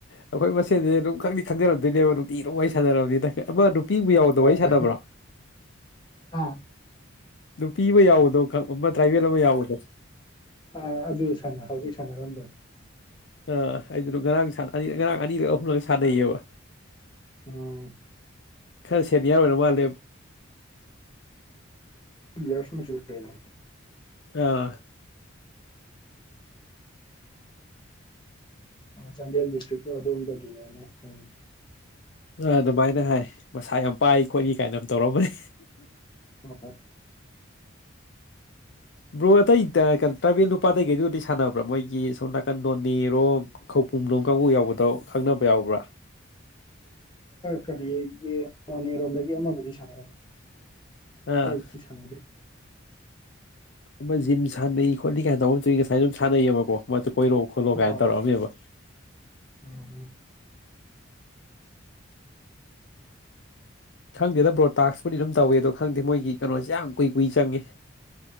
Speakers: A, on the left; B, on the left.
A: ꯑꯩꯈꯣꯏ ꯃꯁꯦꯟꯁꯦ ꯑꯗꯨꯝ ꯈꯪꯗꯤ ꯈꯪꯖꯔꯝꯗꯣꯏꯅꯦꯕ ꯅꯨꯡꯤ ꯑꯗꯨ ꯋꯥ ꯋꯥꯔꯤ ꯁꯥꯟꯅꯔꯝꯅꯤꯅ ꯑꯃ ꯄꯤꯕ ꯌꯥꯎꯗꯕ
B: ꯍꯣꯏ
A: ꯋꯥꯔꯤ ꯁꯥꯗꯕ꯭ꯔꯥ
B: ꯑꯥ
A: ꯅꯨꯄꯤ ꯑꯃ ꯌꯥꯎꯕꯗꯣ ꯈ ꯑꯃ ꯇ꯭ꯔꯥꯏꯕꯦꯜ ꯑꯃ ꯌꯥꯎꯕꯗꯣ
B: ꯑꯥ ꯑꯗꯨ ꯁꯥꯟꯅ ꯍꯥꯎꯗꯤ ꯁꯥꯟꯅꯔꯝꯕꯅꯤ
A: ꯑꯥ ꯑꯩꯗ ꯉꯔꯥꯡ ꯉꯔꯥꯡ ꯑꯅꯤꯔꯛ ꯑꯍꯨꯝꯂꯛ ꯁꯥꯟꯅꯩꯌꯦꯕ
B: ꯑꯝ
A: ꯈꯔ ꯁꯦꯠꯅꯤ ꯌꯥ ꯑꯣꯏꯅ ꯃꯥꯜꯂꯦ
B: ꯏꯔꯁꯅ ꯁꯅ
A: ꯑꯥ
B: ꯆꯥꯟꯗꯦꯦꯜ ꯗꯤꯁꯇ꯭ꯔꯤꯛ ꯄꯨ ꯑꯗꯨꯝ ꯂꯗꯒꯤꯒꯦ ꯈꯏ
A: ꯑꯗꯨꯃꯥꯏꯅ ꯍꯥꯏ ꯃꯁꯥ ꯌꯥꯝ ꯄꯥꯏ ꯈꯣꯠꯂꯤ ꯀꯥꯏꯅ ꯑꯃ ꯇꯧꯔꯝꯕꯅꯤ
B: ꯍꯣꯏ
A: ꯕ꯭ꯔꯣ ꯑꯇꯩ ꯇꯥꯕꯦꯜ ꯅꯨꯄꯥꯗꯩ ꯀꯩꯗꯨꯗꯤ ꯁꯥꯟꯅꯕ꯭ꯔꯥ ꯃꯣꯏꯒꯤ ꯁꯣꯝ ꯅꯥꯀꯟ ꯅꯣꯅꯤꯔꯣꯝ ꯈꯧ ꯄꯨꯝꯂꯣꯝ ꯀꯥꯡꯕꯨ ꯌꯥꯎꯕꯗꯣ ꯈꯪꯅꯕ ꯌꯥꯎꯕ꯭ꯔꯥ
B: ꯀꯔꯤ ꯌꯦ ꯅꯅꯦꯔꯣꯝꯗꯒꯤ ꯑꯃꯕꯨꯗꯤ ꯁꯥꯟꯅꯔꯝꯃꯤ
A: ꯑꯥ
B: ꯑꯇꯩ ꯁꯒꯔꯤ
A: ꯑꯃ ꯖꯤꯝ ꯁꯥꯟꯅꯩ ꯈꯣꯠꯂꯤ ꯀꯥꯏꯅ ꯇꯧꯕꯒꯤ ꯉꯁꯥꯏ ꯑꯗꯨꯝ ꯁꯥꯟꯅꯩꯑꯕꯀꯣ ꯀꯣꯏꯔꯛꯑꯣ ꯈꯣꯠꯂꯣ ꯀꯥꯏꯅ
B: ꯍꯣꯏ
A: ꯇꯧꯔꯛꯑꯝꯃꯦꯕ
B: ꯎꯝ
A: ꯈꯪꯗꯦꯗ ꯕ꯭ꯔꯣꯗꯇꯥꯛꯥꯁꯄꯨꯗꯤ ꯑꯗꯨꯝ ꯇꯧꯏꯦ ꯑꯗꯣ ꯈꯪꯗꯦ ꯃꯣꯏꯒꯤ ꯀꯩꯅꯣꯁꯦ ꯌꯥꯝ ꯀꯨꯏ ꯀꯨꯏ ꯆꯪꯉꯦ